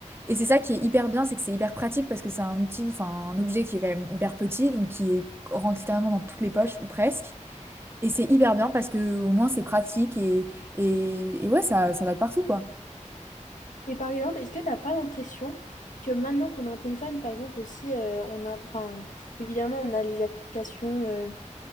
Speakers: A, on the right (about 20°); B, on the left (about 80°).
A: Et c'est ça qui est hyper bien, c'est que c'est hyper pratique parce que c'est un outil, enfin, un objet qui est quand même hyper petit, donc qui est rentre littéralement dans toutes les poches ou presque. Et c'est hyper bien parce que au moins c'est pratique et, et, et ouais, ça, ça va de partout, quoi.
B: Et par exemple, est-ce que t'as pas l'impression que maintenant qu'on a un téléphone, par exemple aussi, euh, on a, enfin, évidemment, on a les applications. euh,